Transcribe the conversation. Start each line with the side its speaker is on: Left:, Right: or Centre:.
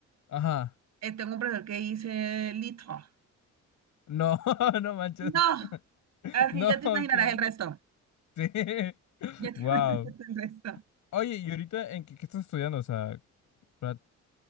Left: Ajá.
Right: Eh, tengo un profesor que dice little.
Left: No, <laughs> no manches.
Right: No.
Left: <laughs>
Right: Así
Left: No,
Right: ya te imaginarás
Left: que.
Right: el resto.
Left: Sí. <laughs>
Right: Ya te
Left: Wow.
Right: <laughs> imaginarás el resto.
Left: Oye, ¿y ahorita en qué, qué estás estudiando? O sea, pra-